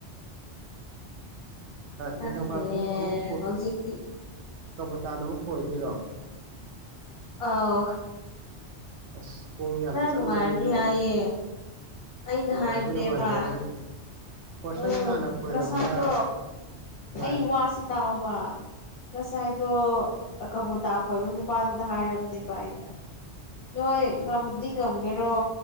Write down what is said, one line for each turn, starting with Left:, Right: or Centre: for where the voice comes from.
Left: ꯈꯪꯗꯦ
Right: ꯅꯤꯡꯊꯧꯀꯥꯕꯁꯨ ꯑꯃꯨꯛ
Left: ꯍꯧꯖꯤꯛꯇꯤ
Right: ꯀꯄꯇꯥꯟ ꯑꯃꯨꯛ ꯈꯣꯏꯕꯤꯔꯣ
Left: ꯑ <unintelligible>
Right: ꯑꯁ ꯄꯨꯡ ꯌꯥꯝ ꯆꯪꯒꯅꯤ
Left: ꯅꯨꯡꯉꯥꯏꯔꯅꯤ
Right: ꯅꯣꯏ
Left: ꯍꯥꯏꯌꯦ ꯑꯩꯅ
Right: ꯅꯨꯡꯉꯥꯏꯕ
Left: ꯍꯥꯏꯕꯅꯦꯕ
Right: ꯅꯨꯡꯉꯥꯏꯇꯕ ꯅꯠꯇꯦ ꯄꯣꯔꯁꯟ
Left: ꯎꯝ
Right: ꯍꯥꯟꯅ ꯈꯣꯏꯔꯝꯕ
Left: ꯅꯁꯥꯗꯣ
Right: ꯍꯣꯏ
Left: ꯑꯩ ꯋꯥꯁꯤ ꯇꯥꯎꯕ ꯉꯁꯥꯏꯗꯣ ꯀꯕꯨꯣꯇꯥ ꯈꯣꯏꯕ ꯅꯨꯄꯥꯗꯨꯗ ꯍꯥꯏꯔꯕꯅꯦꯕ ꯑꯩꯅ ꯅꯣꯏ
Right: ꯎꯝ
Left: ꯉꯝꯗꯤ ꯉꯝ ꯦꯔꯣ